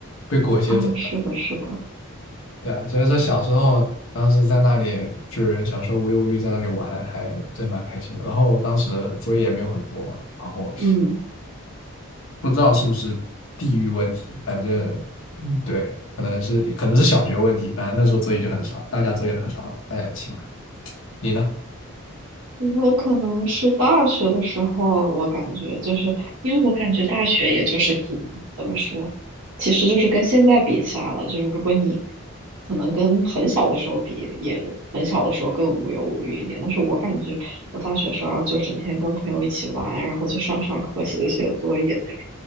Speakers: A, on the left; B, on the right.
A: 被裹挟走的，
B: 哦，是的，是的，
A: 对啊，所以说小时候当时在那里就是小时候无忧无虑在那里玩，还真蛮开心的。然后当时作业也没有很多嘛，然后
B: 嗯。
A: 不知道是不是地域问题，反正嗯对，可能是可能是小学问题，反正那时候作业就很少，大家作业都很少了，大家一起玩，你呢？
B: 我可能是大学的时候啊，我感觉就是因为我感觉大学也就是挺怎么说，其实就是跟现在比起来了，就是如果你可能跟很小的时候比，也很小的时候更无忧无虑一点。但是我感觉我大学时候就整天跟朋友一起玩，然后就上上课、写写作业那种，